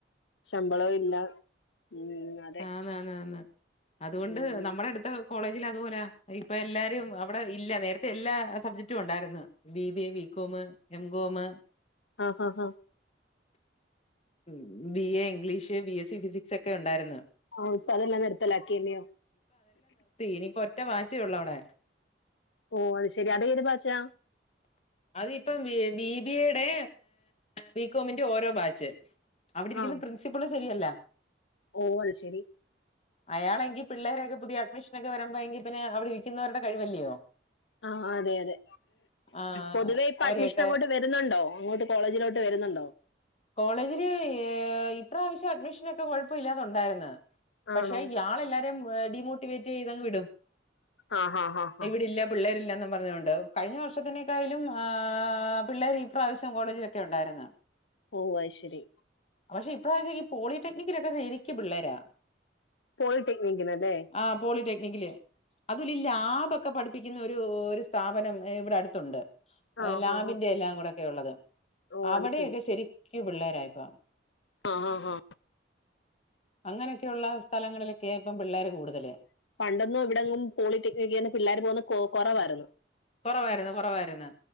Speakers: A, on the left (about 80°); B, on the left (about 35°).
A: ശമ്പളവും ഇല്ല ഉം, അതെ
B: ആന്നന്ന അതുകൊണ്ട്
A: ഉം,
B: നമ്മുടെ അടുത്ത കോളേജിൽ അതുപോലെ ഇപ്പൊ എല്ലാരും അവിടെ ഇല്ല നേരത്തെ എല്ലാ സബ്ജക്ടും ഉണ്ടാര്ന്ന് ബി ബിഎ ബികോമ് എംകോമ്
A: ആഹ് ആഹ് ആഹ്
B: ഉ B A English B S C physics ഒക്കെ ഉണ്ടായിരുന്നു
A: ആഹ് ഇപ്പൊ അതെല്ലാം നിർത്തലാ ക്കിയില്ലിയോ
B: ഇനിയിപ്പൊ ഒറ്റ മാച്ചേ ഒള്ളൂ അവിടെ
A: ഓ അത് ശെരി അത് ഏത് ബാച്ചാ
B: അതിപ്പം ബിബി എ ടെ ബികോമിന്റെ ഓരോ ബാച്ച് ച് അവിടെ ഇരിക്ന്ന
A: ആ
B: പ്രിൻസിപ്പള് സെരിയല്ല
A: ഓ അത് ശരി
B: അയാളെങ്കി പിള്ളേരൊക്കെ പുതിയ അഡ്മിഷ ക്കെ വരുമ്പോ എങ്കി പിന്നെ അവിടി രിക്കുന്നരുടെ കഴിവല്യോ
A: ആഹ് അതെ അതെ
B: ആഹ്
A: പൊതുവെ ഇപ്പൊ
B: അവരെയൊക്കെ
A: അഡ്മിഷൻ അങ്ങോട്ട് വരുന്നുണ്ടോ അങ്ങോട്ട് കോളേജിലോട്ട് വരുന്നുണ്ടോ
B: കോളേജില് ഇപ്രാവശ്യം അഡ്മിഷനൊ ക്കെ കൊഴപ്പല്ലാതെ ഉണ്ടായിര്ന്ന് പക്ഷെ
A: ആണോ
B: ഇയാളെല്ലാരേം ഡീമോട്ടിവേറ്റീ തങ് വിടും.
A: ആ ഹാ ഹാ ഹാ
B: എവിടില്ലം പിള്ളേരില്ലെന്നും പറഞ്ഞുകൊണ്ട് കഴിഞ്ഞ വർഷത്തിനേക്കായിലും ആ പിള്ളേര് ഇപ്രാവശ്യം കോളേജിലൊക്കെ ഉണ്ടായിര്ന്ന്
A: ഓഹ് അത് ശരി
B: പക്ഷെ ഇപ്രാവശ് ഈ പോളിടെക്നിക്കിലൊക്കെ രിക്ക് പിള്ളേരാ
A: പോളിടെക്നികിനല്ലേ
B: ആ പോളിടെക്നിക്കില്. അദുലില്ലാബ ക്കെ പഠിപ്പിക്കുന്ന ഒരു ഒരു സ്ഥാപനം ഇവിടെ അടുത്തുണ്ട്.
A: ആ
B: ലാബിന്റെ
A: ഹാ ഹാ
B: എല്ലാം കൂടെക്കെ ഉള്ളത്
A: ഓ
B: അവിടെയൊക്കെ
A: അത് ശരി
B: ശരിക്കു പിള്ളേരാ ഇപ്പം
A: ആ ആ ഹാ
B: അങ്ങനെയൊക്കെള്ള സ്ഥലങ്ങളിലൊക്കെ ഇപ്പം പിള്ളേര് കൂടുതല്
A: പണ്ടൊന്നും ഇവിടെങ്ങും പോളിടെക്നിക്ക്ന്ന് പിള്ളേർ പോകുന്ന കൊ കൊറവായിരുന്നു
B: കൊറവായിരുന്നു കൊറവായിരുന്നു